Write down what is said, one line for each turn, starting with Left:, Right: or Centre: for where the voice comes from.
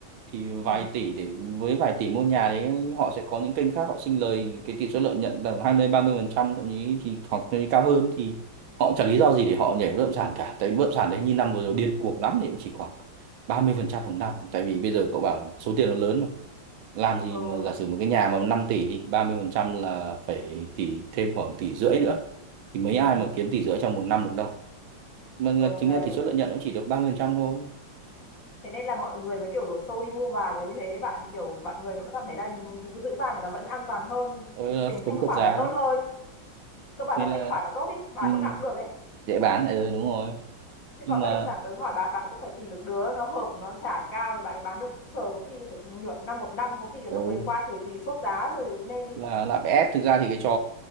Right: thì vài
Left: ừ
Right: tỷ để với vài tỷ mua nhà đấy họ sẽ có những kênh khác họ sinh lời cái tỷ suất lợi nhuận tầm hai mươi ba mươi phần trăm thậm chí thì hoặc là cao hơn thì họ cũng chẳng lý do gì để họ nhảy bất động sản cả tại vì bất động sản đấy như năm vừa rồi điên cuồng lắm thì cũng chỉ khoảng ba mươi phần trăm một năm tại vì bây giờ cậu bảo số tiền nó lớn mà làm gì
Left: ừ
Right: mà giả sử một cái nhà mà 5 tỷ thì 30% là phải tỷ thêm khoảng tỷ rưỡi nữa thì mấy
Left: ừ
Right: ai mà kiếm tỷ rưỡi trong một năm được đâu mà
Left: ừ
Right: chính
Left: đấy
Right: ra tỷ suất lợi nhuận cũng chỉ được 30% thôi
Left: thế nên là mọi người mới kiểu đổ xô đi mua vàng là như thế bạn kiểu bạn người cũng cảm thấy là giữ vàng thì nó vẫn an toàn hơn
Right: ừ,
Left: tính
Right: tính
Left: thanh khoản
Right: trượt giá
Left: nó tốt hơn cơ bản
Right: nên
Left: là
Right: là
Left: thanh khoản nó tốt ý bán
Right: ừ,
Left: lúc nào cũng được ấy
Right: dễ bán lại rồi đúng rồi
Left: chứ
Right: nhưng
Left: còn
Right: mà
Left: bất động sản tớ hỏi bạn bạn cũng phải tìm được đứa nó hợp nó trả cao thì bạn mới bán được cũng chờ có khi phải nửa năm một năm có khi đến
Right: ừ,
Left: lúc ấy qua thời kỳ sốt giá rồi nên ý
Right: là là bê ép thực ra thì cái trò